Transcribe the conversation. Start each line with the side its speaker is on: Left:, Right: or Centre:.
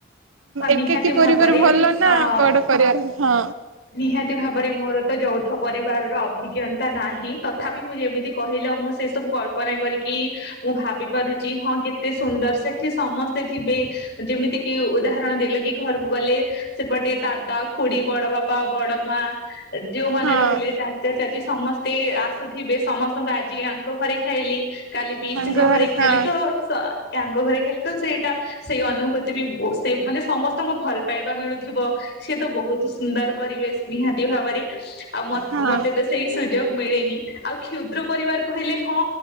Left: ହଁ
Right: ଏକାକି
Left: ନିହାତି
Right: ପରିବାର
Left: ଭାବରେ
Right: ଭଲ ନା
Left: ହଁ
Right: ବଡ ପରିବାର ହଁ?
Left: ନିହାତି ଭାବରେ ମୋର ତ ଯୌଥ ପରି ପରିବାର ର ଅଭିଜ୍ଞତା ନାହିଁ ତଥାପି ମୁଁ ଯେମିତି କହିଲ ମୁ ସେ ସବୁ କଳପନା କରି କି ଭାବି ପାରୁଛି ହଁ କେତେ ସୁନ୍ଦର ସେଠି ସମସ୍ତେ ଥିବେ ଯେମିତି କି ଉଦାହ ଣ ଦେଲ କି ଘରକୁ ଗଲେ ସେପଟେ ଦାଦା ଖୁଡି ବଡ ବାପା ବଡ ମା ଯୋଉମାନେ
Right: ହଁ।
Left: ରହିଲେ ଚାଚା ଚାଚୀ ସମସ୍ତେ ଆସୁଥିବେ ସମସ୍ତଙ୍କୁ ଆଜି ଆଙ୍କ ଘରେ ଖାଇଲି କାଲି ପିଶିଙ୍କ
Right: ତାଙ୍କ
Left: ଘରେ ଖାଇଲି
Right: ହଁ
Left: ତ ସ ମ ଘରେ ଖାଲି ତ ସେଇଟା ସେଇ ଅନୁଭୂତି ବି ବସ ସେ ମାନେ ସମସ୍ତଙ୍କୁ ଭଲ ପାଇବା ମିଳୁଥିବ ସିଏ ତ ବହୁତ ସୁନ୍ଦର ପରିବେଶ ନିହାତି ଭାବରେ। ଆଉ ମତ
Right: ହଁ
Left: ମତେ ତ ସେଇ ସୁଯୋଗ ମିଳେନି ଆଉ କ୍ଷୁଦ୍ର ପରିବାର କହିଲେ ହଁ